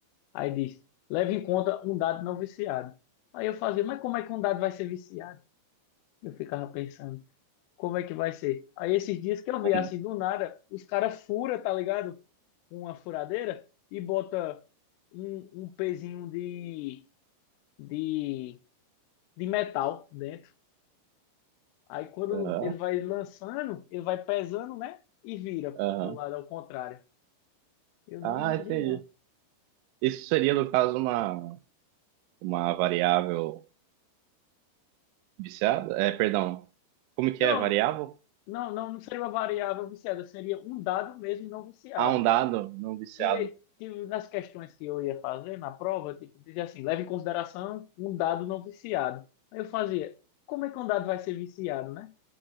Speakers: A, on the left (about 85°); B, on the right (about 85°).
A: Aí diz, leve em conta um dado não viciado. Aí eu fazia, mas como é que um dado vai ser viciado? Eu ficava pensando. como é que vai ser? Aí esses dias que eu
B: um,
A: vi assim do nada, os caras fura, tá ligado? Com Uma furadeira e bota um, um pezinho de, de, de metal dentro. Aí quando
B: aham,
A: ele vai lançando, ele vai pesando, né? E vira
B: aham.
A: pro lado ao contrário. Eu não
B: Ah,
A: imagino,
B: entendi.
A: não.
B: Isso seria, no caso, uma, uma variável viciada? É, perdão. Como que
A: Não,
B: é? Variável?
A: não, não, não seria uma variável viciada, seria um dado mesmo não viciado.
B: Ah, um dado não viciado.
A: que tipo, nas questões que eu ia fazer na prova, tipo, dizia assim, leva em consideração um dado não viciado. Aí eu fazia, como é que um dado vai ser viciado, né?